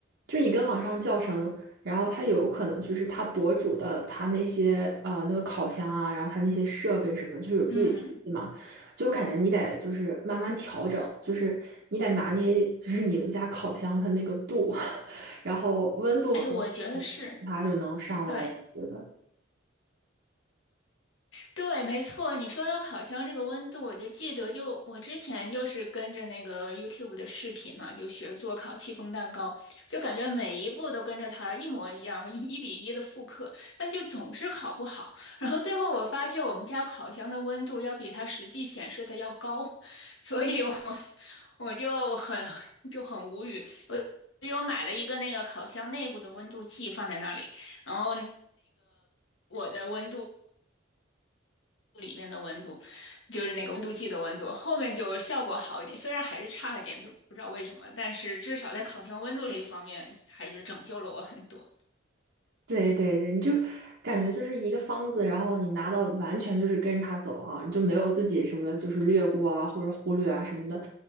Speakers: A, on the right; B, on the left.
A: 就是你跟网上教程，然后它有可能就是它博主的他那些呃那个烤箱啊，然后他那些设备什么的，就是有自己脾气嘛，
B: 嗯，
A: 就我感觉你得就是慢慢调整，就是你得拿捏，就是你们家烤箱它那个度，<laughs> 然后温度和
B: 哎，我觉得是。
A: 它就能上来了，
B: 对。
A: 我觉得。
B: 对，没错，你说到烤箱这个温度，我就记得就我之前就是跟着那个 YouTube 的视频嘛，就学做烤戚风蛋糕，就感觉每一步都跟着它一模一样，一一比一的复刻，但就总是烤不好。然后最后我发现我们家烤箱的温度要比它实际显示的要高，所以我 <laughs> 我就很就很无语。我又买了一个那个烤箱内部的温度计放在那里，然后我的温度。里面的温度，就是那个温度计的温度，后面就效果好一点，虽然还是差了点，就不知道为什么，但是至少在烤箱温度这一方面还是拯救了我很多。
A: 对对对，你就感觉就是一个方子，然后你拿到完全就是跟着它走啊，你就没有自己什么就是略过啊或者忽略啊什么的，